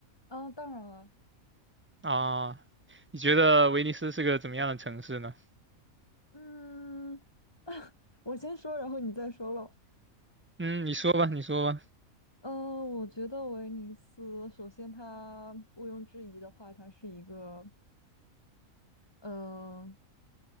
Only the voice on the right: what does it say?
啊，你觉得威尼斯是个怎么样的城市呢？
嗯，你说吧，你说吧。